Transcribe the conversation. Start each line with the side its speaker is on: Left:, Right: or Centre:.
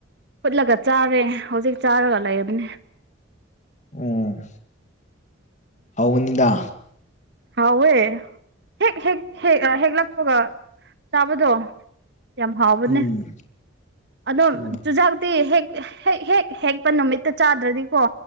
Right: ꯐꯨꯠꯂꯒ ꯆꯥꯔꯦ ꯍꯧꯖꯤꯛ ꯆꯥꯔꯒ ꯂꯩꯕꯅꯦ
Left: ꯑꯣ ꯍꯥꯎꯅꯤꯗ
Right: ꯍꯥꯎꯋꯦ ꯍꯦꯛ ꯍꯦꯛ ꯍꯦꯛ ꯍꯦꯛꯂꯥꯛꯄꯒ ꯆꯥꯕꯗꯣ ꯌꯥꯝ ꯍꯥꯎꯕꯅꯦ
Left: ꯎꯝ
Right: ꯑꯗꯨꯝ
Left: ꯎꯝ
Right: ꯆꯨꯖꯥꯛꯇꯤ ꯍꯦꯛ ꯍꯦꯛ ꯍꯦꯛ ꯍꯦꯛꯄ ꯅꯨꯃꯤꯠꯇ ꯆꯥꯗ꯭ꯔꯗꯤꯀꯣ